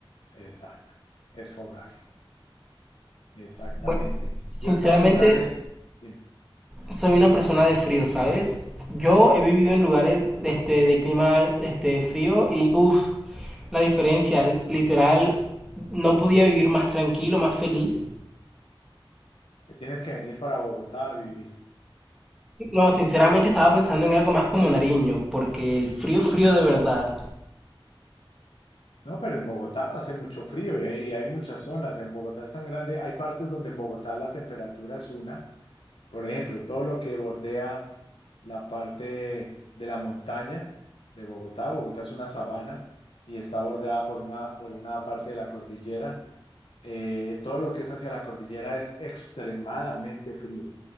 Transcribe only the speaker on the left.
Exacto, es fogaje, exactamente.
Yo he estado en lugares, dime,
te tienes que venir para Bogotá a vivir.
No, pero en Bogotá hace mucho frío y hay, y hay muchas zonas. En Bogotá es tan grande. Hay partes donde en Bogotá la temperatura es una. Por ejemplo, todo lo que bordea la parte de la montaña de Bogotá. Bogotá es una sabana y está bordeada por una, por una parte de la cordillera. Eh, todo lo que es hacia la cordillera es extremadamente frío